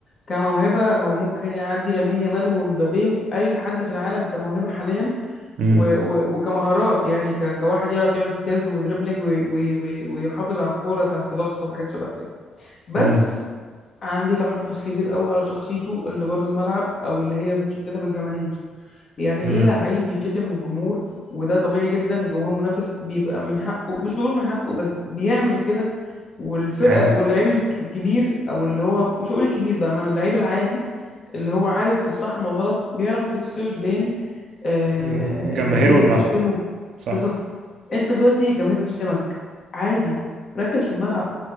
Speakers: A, on the left; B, on the right.
A: كموهبه هو ممكن يعدي لامين يامال ومبابي واي حد في العالم كموهبه حاليا
B: امم
A: و... و... وكمهارات يعني ك... كواحد يعرف يعمل سكيلز ودريبلينج و... و... و... ويحافظ على الكوره تحت ضغط وحاجات شبه كده بس
B: امم
A: عندي تحفظ كبير قوي على شخصيته اللي بره الملعب او اللي هي متشتته بالجماهير يعني
B: امم
A: ايه لعيب يتشتم من الجمهور وده طبيعي جدا الجمهور المنافس بيبقى من حقه مش بقول من حقه بس بيعمل كده والفرقه
B: عند
A: واللعيب الك- الكبير او اللي هو مش هقول الكبير بقى ما اللعيب العادي اللي هو عارف في الصح من الغلط بيعرف يفصل بين آه،
B: مم. جماهير
A: جماهير
B: والملعب
A: بتشتمه
B: صح
A: بالظبط انت دلوقتي جماهير بتشتمك عادي ركز في الملعب